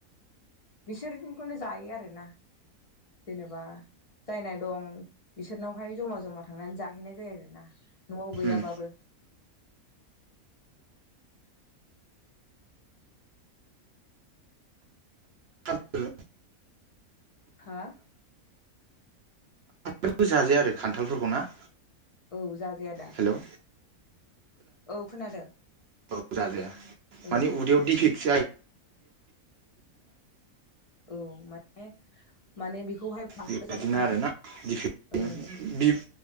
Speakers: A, on the left; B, on the right.
A: बिसोरनिखौनो जायो आर <unintelligible> आरोना जेनेबा जायना दं बिसोरनावहाय जमा जमा थांनानै जाहैनाय जायो आरोना न'आव गैयाबाबो
B: उम हाबो
A: हा
B: बांबो जाजाया आरो खान्थालफोरखौ ना
A: औ जाजाया दा
B: हेलौ
A: औ खोनादों
B: औ जाजाया
A: ओं
B: मानि उदैयाव दिडफिक <unintelligible>
A: औ माने माने बि बेखौहाय बांद्राय
B: बेबादिनो
A: जाबा
B: आरोना दिफि <unintelligible>
A: ओं
B: बिब